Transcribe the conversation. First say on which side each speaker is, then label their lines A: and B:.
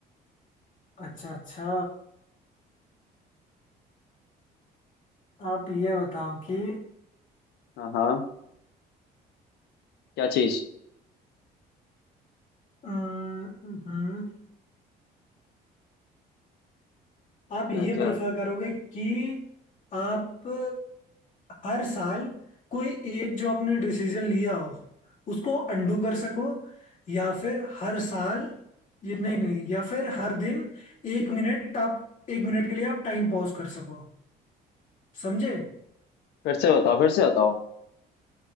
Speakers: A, on the left; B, on the left.
A: अच्छा अच्छा आप ये बताओ कि
B: हाँ हाँ क्या चीज
A: हम्म, हम्म, आप
B: क्या
A: ये
B: क्या
A: प्रेफर करोगे कि आप हर साल कोई एक जो आपने डिसीजन लिया हो उसको अंडू कर सको या फिर हर साल ये नहीं नहीं या फिर हर दिन एक मिनट आप एक मिनट के लिए आप टाइम पॉज कर सको समझे
B: फिर से बताओ फिर से बताओ